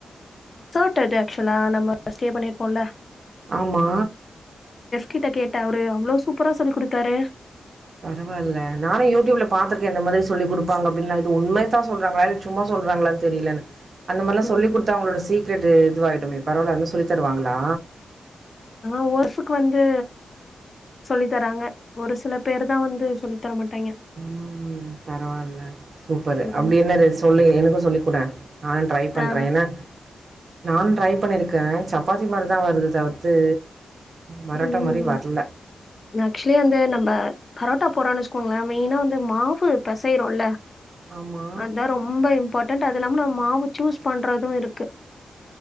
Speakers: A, on the left; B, on the right.
A: து ஆக்சுவலா நம்ம ஸ்டே பண்ணிருப்போம்ல
B: ஆமா
A: கிட்ட கேட்டா அவரு அவ்ளோ சூப்பரா சொல்லி குடுத்தாரு
B: பரவாயில்ல நானு யூடியூப்ல
A: ம்
B: பாத்திருக்கே இந்த மாரி சொல்லிகுடு ப்பங்க அப்டின்னு இது உண்மையதா சொல்றாங்களா இல்ல சும்மா சொல்றாங்களான்னு தெரியல அந்த மாதிரிலா
A: ம்
B: சொல்லி கொடுத்தா அவங்ளோட சீ <unintelligible> இதுவாகடுமே பரவாயல அதலா சொல்லி தருவாங்களா
A: ஆஹ் ஒருசுக்கு வந்து சொல்லி தராங்க ஒரு சில பேர் தா வந்து சொல்லி தர மாட்டாய்ங்க.
B: உம் பரவாயில்ல சூப்பரு
A: ம்.
B: அப்டி என்ன சொல்லுங்க எனக்கு சொல்லி போடா நானு ட்ரை பண்றே
A: ஆ.
B: ஏன்னா நானு ட்ரை பண்ணிருக்கே சப்பாத்தி மாதிரிதா வருது தவிர்த்து பரோட்டா
A: உம்
B: மாரி வரல
A: ஆக்சுவலி வந்து நம்ம பரோட்டா போறான்னு வச்சுக்கோங்களே மெயினா வந்து மாவு பெசயரோல
B: ஆமா
A: அதா ரொம்ப இம்பார்ட்டன் அது இல்லாம நம்ம மாவு சூஸ் பண்றது இருக்கு